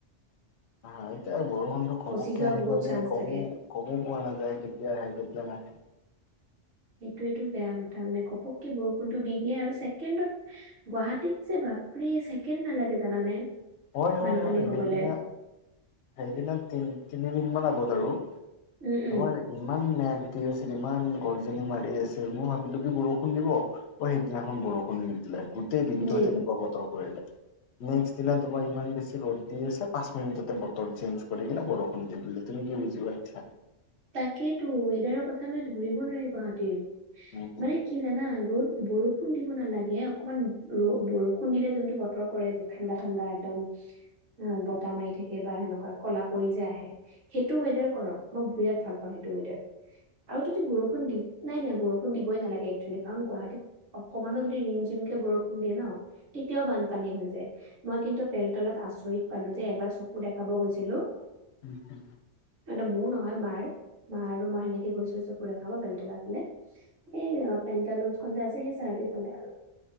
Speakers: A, on the left; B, on the right.
A: অ'এতিয়া বৰষুণটো ঘপককে
B: পচি যোৱা
A: আহি
B: বহুত
A: গলে
B: চান্স
A: গমো
B: থাকে
A: গমো পোৱা নাযায় কেতিয়া আহে কেতিয়া নাহে
B: সেইটোয়েতো বেয়া কথা মানে ঘপককে বৰষুণটো দি দিয়ে আৰু ছেকেণ্ডত গুৱাহাটীত যে বাপৰে ছেকেণ্ড নালাগে জানানে
A: হয়
B: বানপানী
A: হয় হয়
B: হবলে
A: সেইদিনা সেইদিনা তিন তিনিদিনমান আগত আৰু
B: উম উম
A: তোমাৰে ইমান মেঘ দি আছিল ইমান গৰজনী মাৰি আছিল মোৰ ভাবিলো কি বৰষুণ দিব। অ' সেইদিনাখন বৰষুণ নিদিলে গো গোটেই দিনটো
B: নি
A: তেনেকুৱা বতৰ কৰিলে নেক্স দিনা তোমাৰ ইমান বেছি ৰ'দ দি আছে পাঁচ মিনিটতে বতৰ চেঞ্জ কৰি কিনে বৰষুণ দি দিলে তুমি কি বুজিবা এটয়া
B: তাকেইটো ৱেডাৰৰ কথা মানে ধৰিব নোৱাৰি গুৱাহাটীৰ,
A: উম
B: মানে কি জানা ৰ' বৰষুণ দিব নালাগে অকমান ৰ বৰষুণ দিলে যোনটো বতৰ কৰে যে ঠাণ্ডা ঠাণ্ডা একদম অ' বতাহ মাৰি থাকে বা সেনেকুৱা ক'লা পৰি যে আহে সেইটো ৱেডাৰ কৰক মই বিৰাট ভাল পাওঁ সেইটো ৱেডাৰ আৰু যদি বৰষুণ দি নাই নাই বৰষুণ দিবই নালাগে একচুৱেলি কাৰণ গুৱাহাটীত অকমানো যদি ৰিম-যিমকে বৰষুণ দিয়ে ন তেতিয়াও বানপানী হৈ যায় মই কিন্তু পেলতলাত আচৰিত পালো দে এবাৰ চকু দেখাব গৈছিলোঁ
A: উম উম
B: মানে মোৰ নহয় মাৰ, মা আৰু মই সেনেকে গৈছিলো চকু দেখাব বেলতলাৰ ফালে এই পেণ্টালোজখন আছে সেই চাৰিয়ালি ফালে আৰু